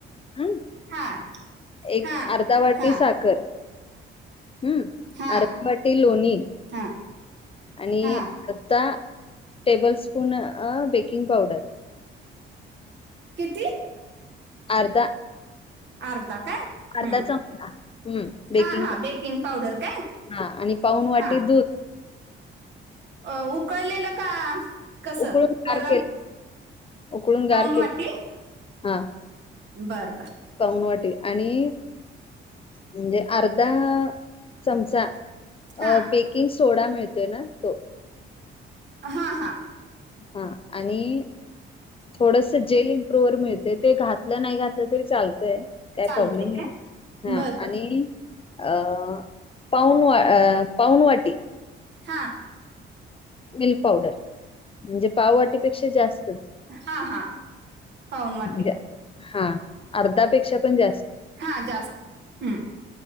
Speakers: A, on the left; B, on the right.
A: ह.
B: हा
A: एक
B: हा
A: अर्धा वाटी
B: हा
A: साखर हम्म
B: हा
A: आरमबाटी लोणी
B: हा
A: आणि
B: हा
A: आता टेबल स्पून बेकिंग पावडर
B: किती?
A: अर्धा.
B: अर्धा का?
A: अर्धा
B: हम्.
A: चमचा हम्म बेकिंग
B: हा हा बेकिंग पावडर काय?
A: हा आणि पाऊन वाटी
B: हा.
A: दूध
B: अ. उकळलेलं का कस?
A: उकळून
B: गरम.
A: गार केले उकळून
B: पाऊन
A: गार
B: वाटी
A: केले. हा.
B: बर बर.
A: पाऊण वाटी आणि- म्हणजे अर्धा चमचा
B: हा
A: बेकिंग सोडा मिळतो ना तो.
B: हा हां.
A: हा. आणि- थोडस जेल इम्प्रुवर मिळतय. ते घातलं नाही घातलं तरी चालतय. काही
B: चालतंय
A: प्रॉब्लेम नाही.
B: काय
A: हा
B: बर बर
A: आणि- अ. पाऊण वा, अ पाऊण वाटी.
B: हां.
A: Milk powder. म्हणजे पाववाटीपेक्षा जास्त.
B: हा हा. पाऊण वाटी.
A: ज हा. अर्धापेक्षा पण जास्त.
B: हा. जास्त हम्म.